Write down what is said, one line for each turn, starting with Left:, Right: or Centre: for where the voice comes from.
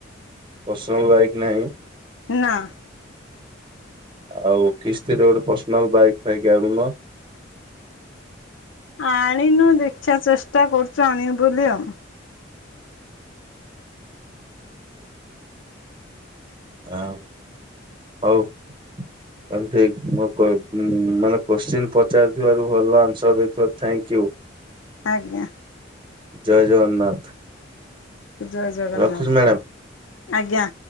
Right: ପର୍ସନାଲ ବାଇକ୍ ନାହିଁ।
Left: ନା-
Right: ଆଉ କିସ୍ତିର ଗୋଟେ ପର୍ସନାଲ ବାଇକ୍ ଫାଇକି ଆଣୁନ।
Left: ଆଣିନୁ ଦେଖିବା ଚେଷ୍ଟା କରୁଛୁ ଆଣିବୁ ବୋଲି ଆଉ।
Right: ହ ହଉ ତାହାଲେ ଠିକ ମୁଁ କହି ଉ ମାନେ କୋଶ୍ଚିନ୍ ପଚାରିଥିବାରୁ ଭଲ ଆନ୍ସର ଦେଇଥିବାରୁ ଥାନ୍କ ୟୁ।
Left: ଆଜ୍ଞା
Right: ଜୟ ଜଗନ୍ନାଥ।
Left: ଜୟ ଜଗନ୍ନାଥ
Right: ରଖୁଛି ମ୍ୟାଡ଼ାମ।
Left: ଆଜ୍ଞା।